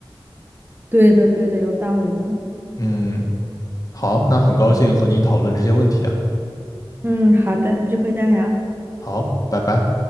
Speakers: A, on the right (about 25°); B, on the left (about 40°).
A: 对的对的，有道理的。
B: 嗯，好，那很高兴和你讨论这些问题啊。
A: 嗯，好的，有机会再聊。
B: 好，拜拜。